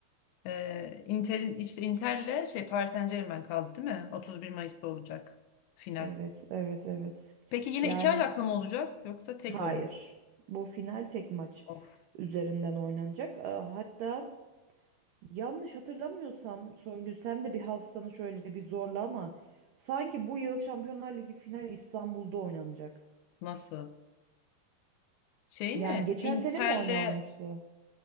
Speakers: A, on the left (about 80°); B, on the right (about 85°).
A: E, Inter'in işte Inter'le şey Paris Saint-Germain kaldı değil mi? 31 Mayıs'ta olacak final.
B: Evet, evet, evet.
A: Peki yine
B: Yani
A: iki ayaklı mı olacak yoksa tek
B: Hayır.
A: oyun?
B: Bu final tek maç
A: Of
B: üzerinden oynanacak. Aa, Hatta yanlış hatırlamıyorsam Songül sen de bir hafızanı şöyle bir zorla ama sanki bu yıl Şampiyonlar Ligi finali İstanbul'da oynanacak.
A: nasıl? Şey
B: Yani
A: mi?
B: geçen
A: Inter'le
B: sene mi oynanmıştı?